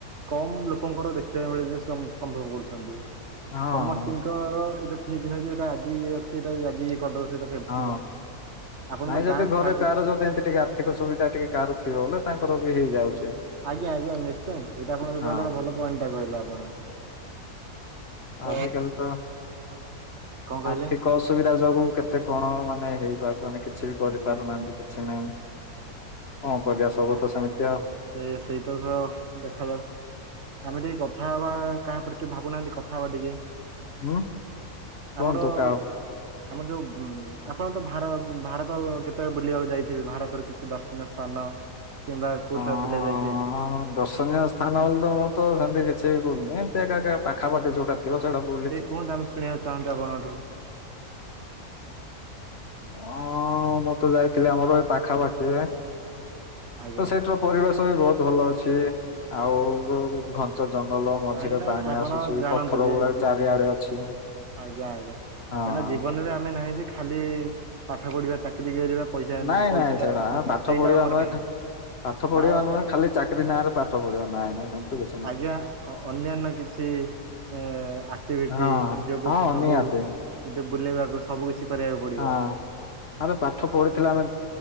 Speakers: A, on the right; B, on the left.
A: କମ୍ ଲୋକଙ୍କର ଦେଖିବାକୁ ମିଳେ ଯେ ସମ୍ଭବ କରୁଛନ୍ତି।
B: ହଁ
A: ସମସ୍ତତିଙ୍କର ଏଇଟା ଠିକ ନାହିଁ ଯେ ଏଇଟା ଆଜି ଇଏ ଅଛି ଏଇଟା ଆଜି ଇଏ କରିଦେବ ସେଇଟା ସେମିତି
B: ହଁ
A: ନାହିଁ। ଆପଣ
B: ନାଇଁ
A: ତ
B: ଯଦି
A: ଗାଁ
B: ଘରେ
A: ଛାଡି
B: କାହାର ଯଦି ଏମିତି ଟିକେ ଆର୍ଥିକ ସୁବିଧା ଟିକେ କାହାର ଥିବ ବ ତାଙ୍କର ବି ହେଇଯାଉଛି।
A: ଆଜ୍ଞା ଆଜ୍ଞା ନିଶ୍ଚୟ ଏଟା ଆପଣ ଯୋଉ
B: ହଁ
A: କହିଲେ ଗୋଟ ଭଲ ପଏଣ୍ଟ ଟା କହିଲେ ଆପଣ। ତ
B: ଆଜି କାଲି ତ
A: କଣ କହିଲେ
B: ଆର୍ଥିକ ଅସୁବିଧା ଯୋଗୁ କେତେ କଣ ମାନେ ହେଇପାରୁଛନ୍ତି କିଛି ବି କରିପାରୁନାହାନ୍ତି।
A: ଆଜ୍ଞା
B: କିଛି ନାହିଁ କଣ କରିବା ସବୁ ତ ସେମିତି ଆଉ
A: ସେ ସେଇଟା ସହ ଦେଖାଯାଉ ଆମେ ଟିକେ କଥା ହବା କାହା ଉପରେ ଟିକେ ଭାବୁନାହାନ୍ତି କଥା ହବା ଟିକେ
B: ହୁଁ କୁହନ୍ତୁ
A: ଆମର
B: କା
A: ଆମର ଯେଉଁ ଆପଣ ତ ଭାର ଭାରତ କେତେବେଳେ ବୁଲିବାକୁ ଯାଇଥିବେ ଭାରତର କିଛି ଦର୍ଶନୀୟ ସ୍ଥାନ କିମ୍ବା କୋଉଠାରୁ
B: ହଁ
A: ବୁଲିବାକୁ ଯାଇଥିବେ?
B: ଦର୍ଶନୀୟ ସ୍ଥାନ ହେଲେ ତ ମୁଁ ତ ସେମିତି କିଛି ବି ବୁଲନି ଏମିତି ଏକା ପାଖାପାଖି ଯୋଉଟା <unintelligible>
A: ସେ କୁହନ୍ତୁ ଆମେ ଶୁଣିବାକୁ ଚାହୁଁଛୁ ଆପଣଙ୍କଠୁ
B: ହଁ ମୁଁ ତ ଯାଇଥିଲି ଆମର ଏ ପାଖାପାଖି
A: ଆଜ୍ଞା।
B: ତ ସେଇଠର ପରିବେଶ ବି ବହୁତ ଭଲ ଅଛି ଆଉ ପାଞ୍ଚ ଜଙ୍ଗଲ ମଝିରେ
A: କାହିଁକି ନା
B: ପାଣି
A: ଆପଣ
B: ଆସୁଛି
A: ଜାଣନ୍ତୁ
B: ପଥର
A: ଯେ
B: ଗୁଡାକ
A: ଜି
B: ଚାରିଆଡେ ଅଛି।
A: ଆଜ୍ଞା ଆଜ୍ଞା କାହିଁକିନା
B: ହଁ ହଁ
A: ଜୀବନରେ ଆମେ ନାହିଁ ଯେ ଖାଲି ପାଠ ପଢିବା ଚାକିରି କିି କରିବା ପଇସା
B: ନାଇଁ
A: ପଇସାଟା
B: ନାଇଁ ସେଇଟା ପାଠ
A: ସେଇଟା
B: ପଢିବା
A: ଆମର
B: ନୁହେଁ
A: ନାହିଁ।
B: ପାଠ ପଢିବା
A: ତା
B: ନୁହେଁ
A: ତା
B: ଖାଲି ଚାକିରି ନାଁ ରେ ପାଠ ପଢିବା ନାଇଁ ନାଇଁ ସେମିତି କିଛି ନାହିଁ
A: ଆଜ୍ଞା ଅନ୍ୟାନ୍ୟ କିଛି
B: ହଁ
A: ଟି ଯୋଗ
B: ହଁ
A: କିଛି ସବୁ
B: ନିହାତି
A: କିନ୍ତୁ ବୁଲେଇବାକୁ ସବୁ କିଛି କରିବାକୁ ପଡିବ।
B: ହଁ। ଆମେ ପାଠ ପଢିଥିଲା ଆମେ